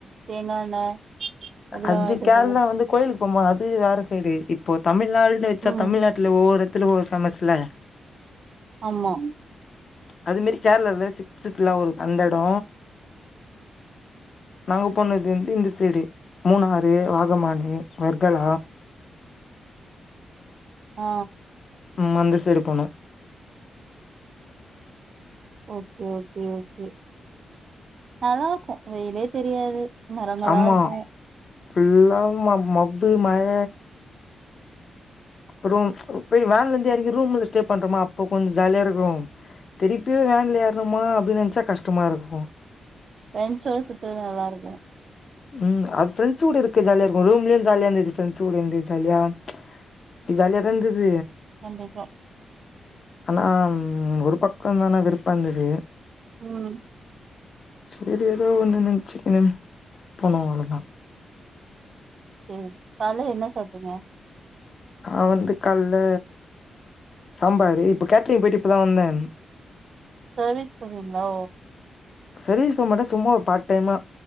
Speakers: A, on the right (about 45°); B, on the left (about 40°).
A: தேங்கா எண்ணெ இதெல்லா
B: அது
A: வாங்கிட்டு
B: கேரளா
A: வந்தீங்க
B: வந்து கோயிலு க்கு போம்போது அது வேற சைடு இப்போ தமிழ் நாள்ன்னு வச்சா
A: ம்
B: தமிழ்நாட்ல ஒவ்வொரு <unintelligible>
A: ஆமா
B: அது மேரி கேரளால சிப்ஸ்க்குலா ஒரு அந்த எடோ நாங்க போனது வந்து இந்த சைடு மூணாறு வாகமானு வர்கலா
A: ஆ
B: உம் அந்த சைடு போணோ
A: ஓகே ஓகே ஓகே நல்லா இருக்கு வெயிலே தெரியாது மரமல்லா
B: ஆமா
A: இருக்கு
B: ஃபுல்லா ம மப்பு மழ அப்புறம் போய் வேன்ல இருந்து எறங்கி ரூம்ல ஸ்டே பண்றோமா அப்போ கொஞ்ச ஜாலியா இருக்கும் திருப்பி வேன்ல ஏறணுமா அப்டின்னு நெனைச்சா கஷ்டமா இருக்கு
A: ஃபிரெண்ட்ஸோட சுத்துறது நல்லா இருக்கு
B: உம் அது ஃப்ரெண்ட்ஸ் கூட இருக்க ஜாலியா இருக்கு ரூம்லயு ஜாலியா இருந்தது ஃப்ரெண்ட்ஸ் கூட இருந்து ஜாலியா இது ஜாலியா இருந்தது
A: கண்டிப்பா
B: ஆனா ஒரு பக்கம்தான விருப் வந்துது
A: உம்
B: சரி ஏதோ ஒன்னு நெனச்சுக்குனு போனோ அவ்ளோதா
A: ம் கால்ல என்ன சாப்ட்டீங்க
B: நா வந்து கால்ல சாம்பாரு இப்ப கேட்ரிங் போயிட்டு இப்பதா வந்தே
A: சர்வீஸ் போவீங்களோ
B: சர்வீஸ் பண்ண மாட்டே சும்மா ஒரு பார்ட் டைமா